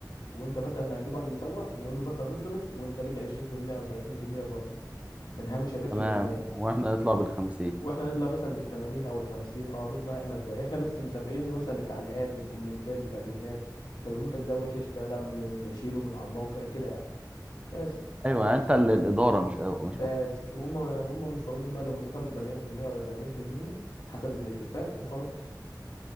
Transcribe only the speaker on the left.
وانت مثلا هنجيب واحد يسوق نقول له مثلا نصرف وانت ليك 20% او 30% برضه من هامش الربح
الاجمالي
واحنا نطلع مثلا بال 80 او ال 50 اه نطلع احنا بده احنا بس متابعين مثلا للتعليقات للكومنتات بتاعت الناس طب المنتج ده وحش ده لا من من نشيله من على الموقع كده يعني بس
بس
وهم هم مش واخدين بالهم انت طالع ب 70% ولا 80% حسب الاتفاق وخلاص